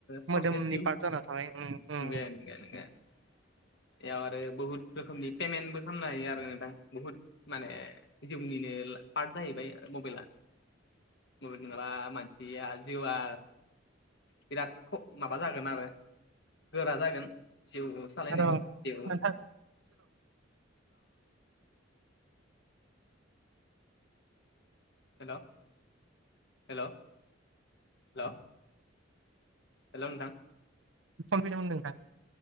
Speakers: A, on the left (about 60°); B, on the right (about 75°).
A: ससे
B: मोदोमनि
A: जिउ
B: पार्ट जाना थाब
A: <inaudible> बेयाव आरो बुहुत रोखोमनि पेमेन्टबो खालामनो हायो आरो दां बुहुद माने जिउनिनो पार्ट जाहैबाय आरो मबाइला मबेल नंङाला मानसिया जिउआ बिराद माबा जागोन आरो गोरा जागोन जिउ सालायनायाव
B: आरो
A: जिउ
B: नोंथां
A: हेल' हेल' हेल' हेलौ नोंथां
B: फनफैदोंमोन नोंथां